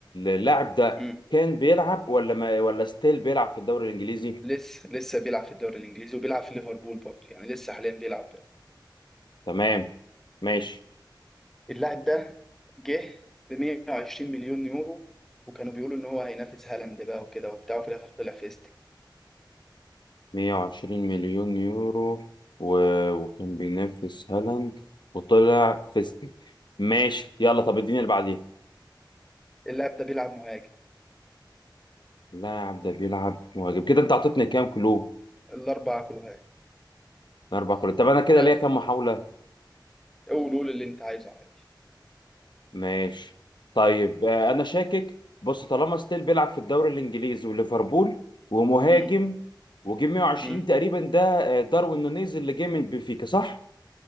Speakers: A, on the left; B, in the centre.
A: اللاعب ده
B: امم
A: كان بيلعب ولا ما ولا ستيل بيلعب في الدوري الانجليزي
B: لسه لسه بيلعب في الدوري الانجليزي وبيلعب في ليفربول برضه يعني لسه حاليا بيلعب
A: تمام ماشي
B: اللاعب ده جه ب 120 مليون يورو وكانوا بيقولوا ان هو هينافس هالاند بقى وكده وبتاع وفي الاخر طلع فيست
A: 120 مليون يورو و... وكان بينافس هالاند وطلع فيستك ماشي يلا طب اديني اللي بعديه
B: اللاعب ده بيلعب مهاجم
A: لا يا عم ده بيلعب مهاجم كده انت عطيتني كام كلو
B: الاربعه كلها
A: اربع كلو طب انا كده
B: لا
A: ليا كام محاوله
B: قول قول اللي انت عايزه عادي
A: ماشي طيب آه، انا شاكك بص طالما ستيل بيلعب في الدوري الانجليزي وليفربول ومهاجم
B: مم.
A: وجه 120
B: مم.
A: تقريبا ده آه، داروين نونيز اللي جه من بنفيكا صح